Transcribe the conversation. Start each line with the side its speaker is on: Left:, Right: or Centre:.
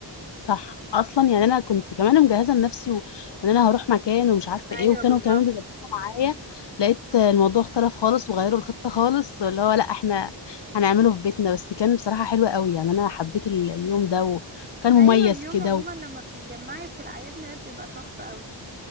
Left: صح اصلا يعني انا كنت كمان مجهزه لنفسي و... وان انا هروح مكان ومش عارفه
Right: ايوه
Left: ايه وكانوا
Right: بالظبط
Left: كمان بيبقوا معايا لقيت الموضوع اختلف خالص وغيروا الخطه خالص اللي هو لا احنا هنعمله في بيتنا بس كان بصراحه حلو قوي يعني انا حبيت ال- اليوم ده وكان مميز
Right: ايوه اليوم
Left: كده
Right: عموما
Left: و...
Right: لما بتتجمعي في الاعياد ميلاد بيبقى تحفه قوي